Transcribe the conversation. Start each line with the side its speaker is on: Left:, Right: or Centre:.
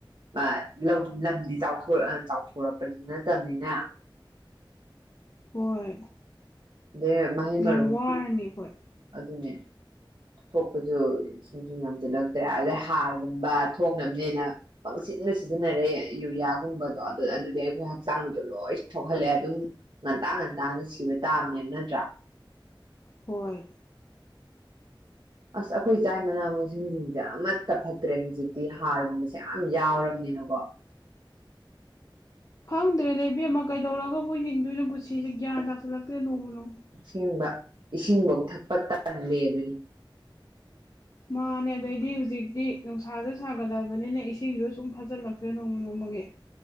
Right: ꯑ ꯂꯧ ꯂꯝꯗꯤ ꯆꯥꯎꯊꯣꯔ ꯆꯥꯎꯊꯣꯔꯛꯄꯗꯤ, ꯅꯠꯇꯝꯅꯤꯅ
Left: ꯍꯣꯏ
Right: ꯑꯗꯩ ꯃꯍꯩ
Left: ꯌꯥꯝ
Right: ꯃꯔꯣꯡ
Left: ꯋꯥꯔꯅꯤ ꯑꯩꯈꯣꯏ
Right: ꯑꯗꯨꯅꯦ ꯊꯣꯛꯄꯁꯨ ꯁꯨꯝ ꯁꯨꯝ ꯌꯥꯝꯁꯤꯜꯂꯛꯇ꯭ꯔꯦ ꯑꯗꯩ ꯍꯥꯔꯒꯨꯝꯕ ꯊꯣꯛꯅꯕꯅꯦꯅ ꯄꯪꯁꯤꯟꯗ ꯁꯤꯖꯤꯟꯅꯔꯦ ꯌꯨꯔꯤꯌꯥꯒꯨꯝꯕꯗꯣ ꯑꯗꯣ ꯑꯗꯨꯗꯤ ꯑꯩꯈꯣꯏ ꯍꯛꯆꯥꯡꯗ ꯂꯣꯏ ꯁꯣꯛꯍꯜꯂꯦ ꯑꯗꯨꯝ ꯉꯟꯇꯥ ꯉꯟꯇꯥꯅ ꯁꯤꯕ ꯇꯥꯕꯅꯦꯕ ꯅꯠꯇ꯭ꯔꯥ
Left: ꯍꯣꯏ
Right: ꯑꯁ ꯑꯩꯈꯣꯏ ꯆꯥꯏ ꯃꯅꯥ ꯃꯁꯤꯡꯖꯤꯡꯖꯦ ꯑꯃꯠꯇ ꯐꯠꯇ꯭ꯔꯦ ꯍꯨꯖꯤꯛꯇꯤ ꯍꯥꯔꯒꯨꯝꯕꯁꯦ ꯌꯥꯝ ꯌꯥꯎꯔꯕꯅꯤꯅꯀꯣ
Left: ꯈꯪꯗ꯭ꯔꯦꯗ ꯏꯕꯦꯝꯃ ꯀꯩꯗꯧꯔꯒꯕꯨ ꯍꯤꯡꯗꯨꯏꯅꯣ ꯄꯨꯟꯁꯤꯖꯦ ꯒ꯭ꯌꯥꯟ ꯇꯥꯁꯤꯜꯂꯛꯇ꯭ꯔꯦ ꯅꯣꯡꯃ ꯅꯣꯡꯃ
Right: ꯑꯁꯦꯡꯕ ꯏꯁꯤꯡꯕꯧ ꯊꯛꯄ ꯇꯜꯂꯦꯗꯨꯅꯤ
Left: ꯃꯥꯅꯦ ꯑꯗꯩꯗꯤ ꯍꯨꯖꯤꯛꯇꯤ ꯅꯨꯡꯁꯥꯖꯨ ꯁꯥꯒꯠꯂꯑꯕꯅꯤꯅ ꯏꯁꯤꯡꯖꯨ ꯁꯨꯝ ꯐꯆꯜꯂꯛꯇ꯭ꯔꯦ ꯅꯣꯡꯃ ꯅꯣꯡꯃꯒꯤ